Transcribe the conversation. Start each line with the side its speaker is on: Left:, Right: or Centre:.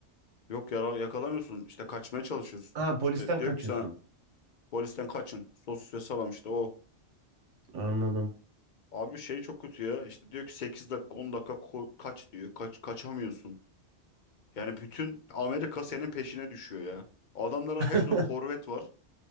Left: Yok yara yakalamıyorsun. İşte kaçmaya çalışıyorsun.
Right: Ha polisten
Left: İşte
Right: kaçıyorsun.
Left: diyor ki sana polisten kaçın. Sos ve salam işte o.
Right: Anladım.
Left: Abi şey çok kötü ya. İşte diyor ki 8 dakika 10 dakika ko- kaç diyor. Kaç kaçamıyorsun. Yani bütün Amerika senin peşine düşüyor ya. Adamların
Right: <laughs>
Left: hepsinde korvet var.